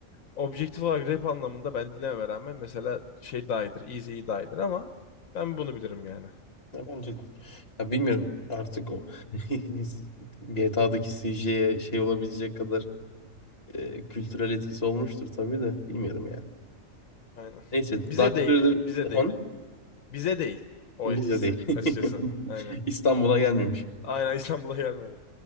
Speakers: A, on the left (about 85°); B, on the left (about 45°).
A: objektif olarak rap anlamında ben dinlememe rağmen mesela şey daha iyidir, easy daha iyidir ama ben bunu bilirim yani.
B: Ya bence de. Ya bilmiyorum artık o <laughs> GTA'daki CJ'ye şey olabilecek kadar e, kültürel etkisi olmuştur tabii de bilmiyorum ya.
A: Aynen.
B: Neyse
A: Bize
B: Doctor
A: değil, bize
B: efendim
A: değil. Bize değil o
B: bizde
A: etkisi
B: değil.
A: açıkçası. Aynen.
B: <laughs> İstanbul'a gelmemiş.
A: Aynen İstanbul'a gelmedi.